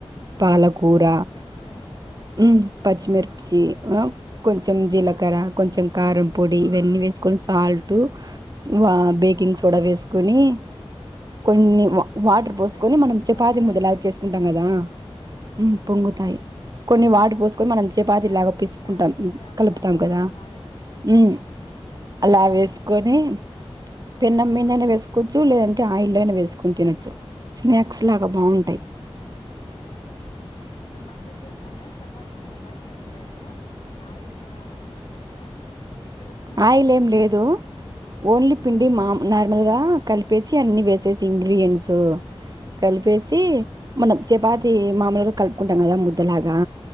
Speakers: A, on the left (about 60°); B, on the right (about 40°).
A: మ్మ్.
B: పాలకూర
A: పచ్చిమిరపకాయలు కూడా వేస్తారు
B: హ్మ్ పచ్చిమిర్చి
A: లైట్
B: హ్మ్
A: కట్ చేసి
B: కొంచెం జీలక్ క్కరా కొంచెం కారం పొడి ఇవన్నీ వేసుకొని సాల్ టు స్నువ
A: మ్మ్.
B: బేకింగ్ సోడా వేస్ కొని కొన్ని
A: మ్మ్.
B: వా వాటర్ పోసుకొని
A: బేకింగ్
B: మనం
A: సోడా
B: చపాతి ముద్దలాగా
A: వేస్తే
B: చేసుకుంటాం కదా
A: ఆ.
B: హ్మ్ పొంగుతాయి కొన్ని వాటర్
A: ఆ
B: పోసుకొని చపాతీ
A: అంటే
B: లాగా
A: అది
B: పిసుకుంటామ్
A: గ్యాస్ట్రిక్
B: హ్మ్
A: అంటారు
B: కలుపుతాం కదా
A: మేము వాడేది లేదు
B: హ్మ్ అలా వేస్ కొనే పెన్నమ్ మీదైనా
A: ఉమ్.
B: వేసుకోవచ్చు లేదంటే ఆ ఆయిల్ వేసుకుని తినొచ్చు. స్నాక్స్
A: ఉహుమ్
B: లాగా బాగుంటాయి
A: హ్మ్ మేము అట్లే చేస్తాం కానీ చపాతి పిండి లాగా ఏం లేదు. ఆయిల్ ఆ వేసేది లేదు. ఇక్కడ వచ్చినాక
B: ఆయిల్
A: చేసింది
B: ఏం లేదు. ఓన్లీ
A: ఆ,
B: పిండి మామ్ నార్ ర్మల్గా కలిపేసి అన్ని వేసేసి ఇంగ్రీడియంట్స్ కలిపేసి
A: ఉమ్,
B: మనం చపాతి
A: ఉమ్,
B: మామూలుగా కలుపుకుం అంగదా ముద్దలగా